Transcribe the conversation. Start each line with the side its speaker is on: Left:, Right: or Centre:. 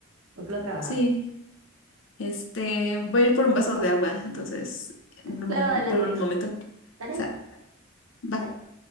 Right: Nunca lo he trabajado.
Left: Sí, este, voy a ir por un vaso de agua, entonces mm,
Right: Claro, adelante.
Left: vuelvo en un momento. O
Right: Dale.
Left: sea, va.
Right: bye.